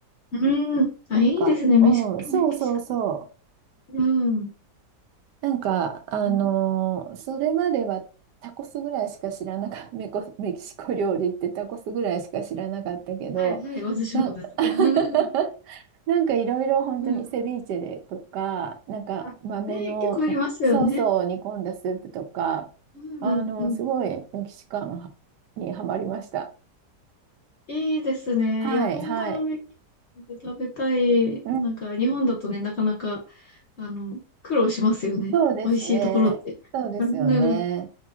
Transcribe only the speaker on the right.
なんか、
うん、そうそうそう。
なんか、あのーそれまではタコスぐらいしか知らなかった、
<laughs> メコ、メキシコ料理ってタコスぐらいしか知らなかったけど、
な、
<laughs> なんかいろいろ本当にセビーチェでとか、
なんか豆のソースを煮込んだスープとか、
あの、すごいメキシカンにはまりました。
はい、
はい。うん
そうですね。
そうですよね。